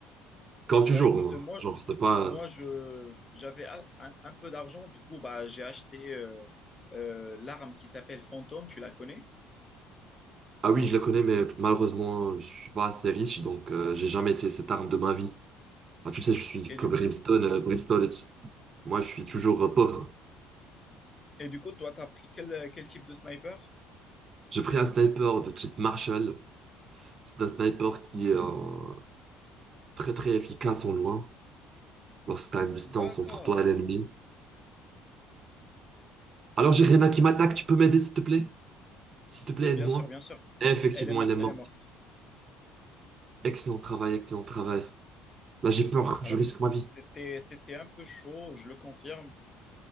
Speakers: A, on the right; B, on the left.
A: Comme toujours,
B: Bah écoute,
A: hein.
B: moi,
A: genre, c'est pas...
B: moi je j'avais a- un, un peu d'argent, du coup, bah j'ai acheté euh, euh, l'arme qui s'appelle Fantôme, tu la connais?
A: Ah oui, je la connais, mais malheureusement, je suis pas assez riche, donc euh, j'ai jamais essayé cette arme de ma vie. Ah, tu sais, je suis
B: Et
A: que
B: du
A: Brimstone.
B: coup,
A: euh, Brimstone, et- moi, je suis toujours euh, pauvre.
B: et du coup, toi, t'as pris quel, quel type de sniper?
A: J'ai pris un sniper de type Marshall. C'est un sniper qui est euh, très très efficace en loin, lorsque tu as une distance
B: D'accord.
A: entre toi et l'ennemi. Alors j'ai Rena qui m'attaque, tu peux m'aider s'il te plaît? S'il te plaît,
B: Oui,
A: aide-moi.
B: bien sûr, bien sûr.
A: Et effectivement,
B: Elle est morte,
A: elle est morte.
B: elle est morte.
A: Excellent travail, excellent travail. Là j'ai peur,
B: Alors,
A: je risque
B: c-
A: ma vie.
B: c'était, c'était un peu chaud, je le confirme,